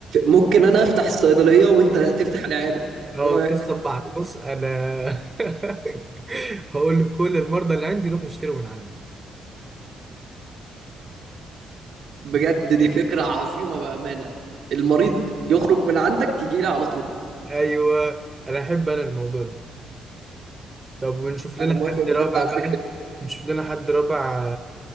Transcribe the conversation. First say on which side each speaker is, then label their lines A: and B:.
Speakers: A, on the right; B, on the right.
A: ممكن أنا أفتح الصيدلية وأنت تفتح العيادة
B: هو
A: إيه رأيك؟
B: القصة ببعض بص أنا <laughs> هقول له كل المرضى اللي عندي روح يشتروا من عندي
A: بجد دي فكرة عظيمة بأمانة المريض يخرج من عندك يجي لي على طول
B: أيوه أنا أحب أنا الموضوع ده طب ونشوف لنا
A: أنا موافق
B: حد
A: بجد
B: رابع
A: على الفكرة
B: بقى نشوف لنا حد رابع